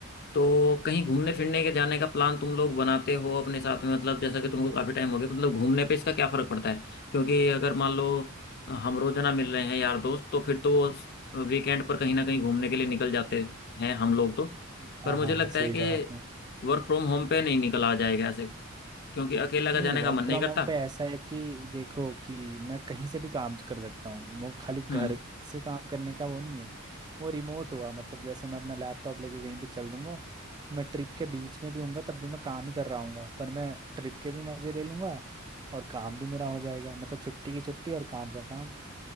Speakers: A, on the left; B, on the right.
A: तो कहीं घूमने फिरने के जाने का प्लान तुम लोग बनाते हो अपने साथ में मतलब जैसा कि तुमको काफी टाइम हो गया मतलब घूमने पे इसका क्या फर्क पड़ता है क्योंकि अगर मान लो हम रोजाना मिल रहे हैं यार दोस्त तो फिर तो वीकेंड पर कहीं ना कहीं घूमने के लिए निकल जाते हैं हम लोग तो
B: हाँ
A: पर मुझे
B: हाँ
A: लगता
B: सही
A: है कि
B: कहा आपने
A: वर्क फ्रॉम होम पे नहीं निकला जाएगा ऐसे क्योंकि अकेला का
B: नहीं
A: जाने
B: वर्क
A: का मन नहीं
B: फ्रॉम
A: करता
B: होम पे ऐसा है कि देखो कि मैं कहीं से भी काम कर सकता हूँ वो खाली घर
A: हम्म
B: से काम करने का वो नहीं है वो रिमोट हुआ मतलब जैसे मैं अपना लैपटॉप लेके कहीं पे चल दूंगा मैं ट्रिप के बीच में भी हूँगा तब भी मैं काम ही कर रहा हूँगा पर मैं ट्रिप के भी मज़े ले लूँगा और काम भी मेरा हो जाएगा मतलब छुट्टी की छुट्टी और काम का काम